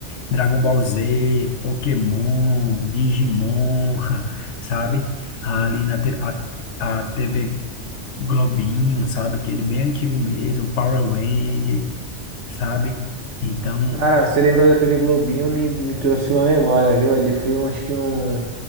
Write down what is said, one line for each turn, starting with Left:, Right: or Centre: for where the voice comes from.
Left: Dragon Ball Z, Pokémon, Digimon, <laughs> sabe? Ali na te- a, a TV Globinho, sabe? Aquele bem antigo mesmo, Power Ranger, sabe? Então,
Right: Cara, você lembrou da TV Globinho, me, me trouxe uma memória, viu? Ali foi, um, acho que, um